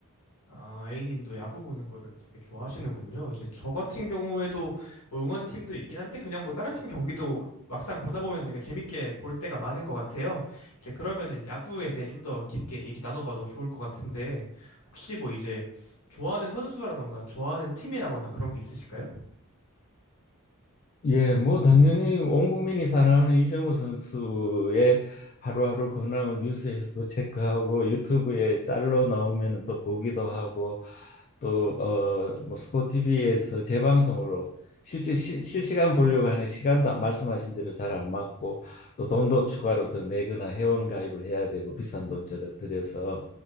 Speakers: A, on the left; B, on the left.
A: 아, A님도 야구 보는 거를 되게 좋아하시는군요. 이제 저 같은 경우에도 뭐 응원팀도 있긴 한데 그냥 뭐 다른 팀 경기도 막상 보다 보면 되게 재밌게 볼 때가 많은 것 같아요. 이제 그러면은 야구에 대해 좀 더 깊게 얘기 나눠봐도 좋을 것 같은데 혹시 뭐 이제 좋아하는 선수라던가 좋아하는 팀이라거나 그런 게 있으실까요?
B: 예, 뭐 당연히 온 국민이 사랑하는 이정우 선수의 하루하루 근황을 뉴스에서도 체크하고 유튜브에 짤로 나오면 또 보기도 하고 또 어 뭐 스포티비에서 재방송으로 실제 시, 실시간 보려고 하는 시간도 말씀하신 대로 잘 안 맞고 또 돈도 추가로 더 내거나 회원 가입을 해야 되고 비싼 돈 저러 들여서